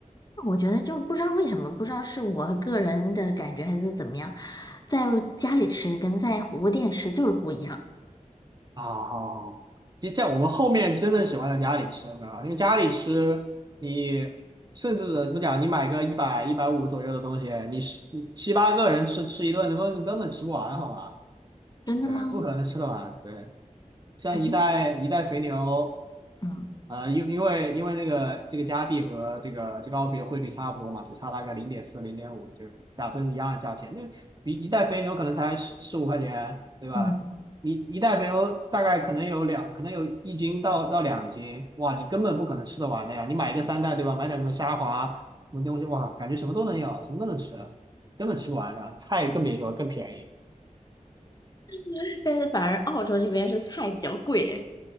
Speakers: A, on the left; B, on the right.
A: 我觉得就不知道为什么，不知道是我个人的感觉还是怎么样，在家里吃跟在火锅店吃就是不一样。
B: 啊，好好，其实像我们后面真的喜欢在家里吃，对吧？因为家里吃，你甚至怎么讲，你买个一百一百五左右的东西，你十你七八个人吃吃一顿，你根本根本吃不完，好吧？
A: 真的吗？
B: 对，不可能吃得完。对，像一袋一袋肥牛。
A: 哎，嗯，
B: 啊、因因为因为那个这个加币和这个这个澳币的汇率差不多嘛，只差大概零点四、零点五，就打算是一样的价钱。那一一袋肥牛可能才十十五块钱，对吧？
A: 嗯，
B: 你一袋肥牛大概可能有两，可能有一斤到到两斤，哇，你根本不可能吃得完的呀。你买一个三袋，对吧？买点什么虾滑什么东西，哇，感觉什么都能要，什么都能吃，根本吃不完的。菜更别说，更便宜。
A: <laughs> 但是反而澳洲这边是菜比较贵诶。